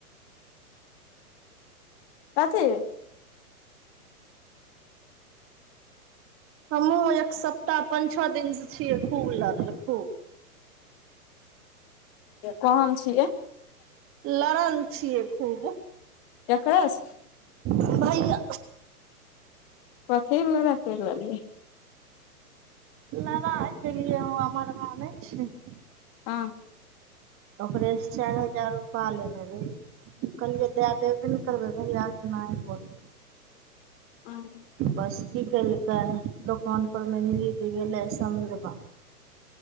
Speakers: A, on the left; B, on the right.
A: कथी
B: हमहूँ एक सप्ताह पाँच छओ दिनसँ छियै खूब लगल खूब
A: कोन छियै
B: लड़ल छिय खूब
A: ककरा से
B: भइआ
A: कथि लड़ाई कर लेलिए
B: लड़ाई क लियए ओ हममर भाइ नहि छी
A: हँ
B: ओकरे चारि हजार रुपा ललेलिएय कहलियै दए देबे ने करबै भैआ अपना ह बोल
A: हँ
B: बस की केलकै दोकानपरमे मिलि गेलै अमरबा